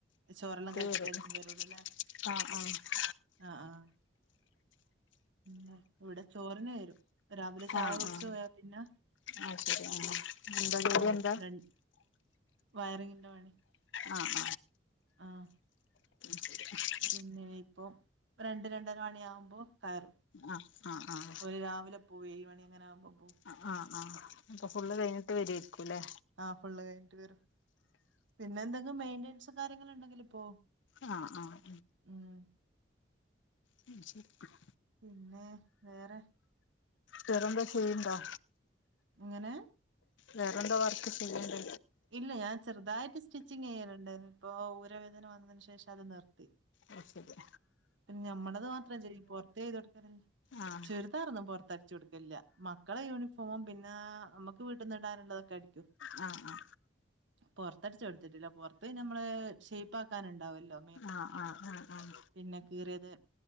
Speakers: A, on the right; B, on the left.
A: ചോരെല്ലാം കഴിച്ചിട്ടായിരിക്കും
B: വരുള്ളൂ
A: വരുള്ളൂല്ലേ
B: ആഹ് ആഹ്
A: ആഹ ആഹ ഹേ ഇവിടെ ചോറിന് വരും രാവിലെ ചായ
B: ആഹ്
A: കുട്ച്ച്
B: ആഹ്
A: പോയാ പിന്നെ
B: അത് ശരി ആഹ് എന്താ ജോലി
A: ആഹ
B: എന്താ
A: രണ്ട് വയറിങ്ങി്ൻ്റെ പണി
B: ആ ആഹ
A: ആഹാ
B: <unintelligible>
A: പിന്നെ ഇപ്പൊ രണ്ട് രണ്ടര മണിയാാവുമ്പോ കയ്റും.
B: ആ ആഹ ആഹ
A: ഒര് രാവിലെ പോയി ഏഴ് മണിങ്ങനെ ആകുമ്പോ പോവും
B: ആഹ് ആ അപ്പൊ ഫുള്ള് കഴിഞ്ഞിട്ട് വരെ ര്ക്കുല്ലേ
A: ആ ഫുള്ള് കഴിഞ്ഞിട്ട് വരും. പിന്നെ എന്തെങ്കിലും മെയിന്റൻസ് കാര്യങ്ങള് ഉണ്ടെങ്കില് പ്പോ
B: ആ ആഹാ
A: ഉും
B: <unintelligible>
A: പിന്നെ വേറെ?
B: വേറന്താ ചെയ്യണ്ടാ
A: ങ്ങനേ
B: വേറെന്താ വർക്ക് ചെയ്യണ്ട്
A: ഇല്ല ഞാൻ ചെറുതായിട്ട് സ്റ്റിച്ചിങ് ചെയ്യലുണ്ടയിന് ഇപ്പോ ഊരവേദന വന്നതിന് ശേഷം അത് നിർത്തി.
B: അ ശരിയ.
A: പിന്നെ ഞമ്മടത് മാത്രം ചെയ്യ പുൊറത്ത് ചെയ്തൊട്ക്ക്ണ ചേർ
B: ആഹ്
A: ചുരിദാറൊന്നും പൊറത്തടച്ചു കൊടുക്കില്ല. മക്കളെ യൂണിഫോമും പിന്ന നമുക്ക് വീട്ടിന്ന് ഇടാനുള്ളതൊക്കെ അടിക്കും.
B: ആഹാ ആഹാ
A: പോറത്തട്ചോട്ത്ത്ട്ടില്ല. പുറത്ത് നമ്മള് ഷേയ്പ്പാക്കാന്ണ്ടാവുല്ലോ?
B: ആഹ ആഹ ആഹ ആഹ
A: പിന്നെ കീറിയത്